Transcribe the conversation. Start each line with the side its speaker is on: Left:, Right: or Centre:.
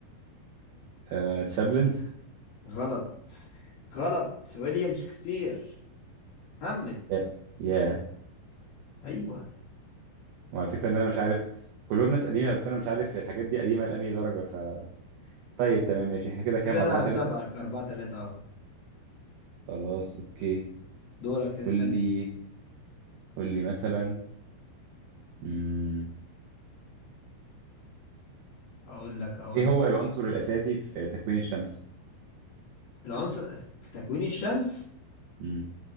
Right: آه تشابلن
Left: غلط غلط ويليام شكسبير هاملت
Right: يا يا
Left: ايوه
Right: وعلى فكرة ان انا مش عارف كلهم ناس قديمة بس انا مش عارف الحاجات دي قديمة لأنهي درجة ف طيب تمام ماشي احنا كده كام
Left: كده
Right: أربعة
Left: انا
Right: ثلاثة
Left: مسابقك أربعة تلاتة اهو
Right: خلاص اوكي
Left: دورك تسألني
Right: قول لي قول لي مثلا مم.
Left: اقول لك اقول
Right: ايه هو
Left: لك
Right: العنصر الأساسي في تكوين الشمس؟
Left: العنصر الأس- في تكوين الشمس
Right: مم.